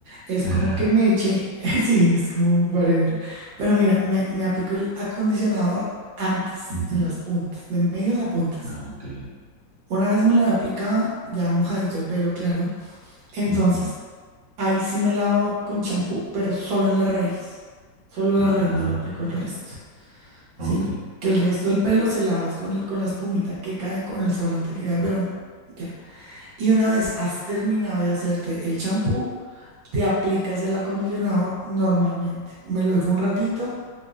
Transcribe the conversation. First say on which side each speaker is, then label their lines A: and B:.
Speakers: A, on the right; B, on the right.
A: es
B: <laughs>
A: como que me eché, <laughs> sí, es como whatever. Pero mira, me, me aplico el acondicionador antes,
B: Ujú.
A: en las puntas, de medios a puntas.
B: Ah, ok.
A: Una vez me lo he aplicado, ya mojadito el pelo, claro. Entonces,
B: Ujú.
A: ahí sí me lavo con champú, pero solo en la raíz. Solo la
B: Ah,
A: raíz, no lo aplico el resto,
B: ok.
A: ¿sí? Que el resto del pelo se lavas con, el- con la espumita que cae, con el sobrante que cae, pero ya. Y una vez has terminado de hacerte el champú, te aplicas el acondicionador normalmente. Me lo dejo un ratito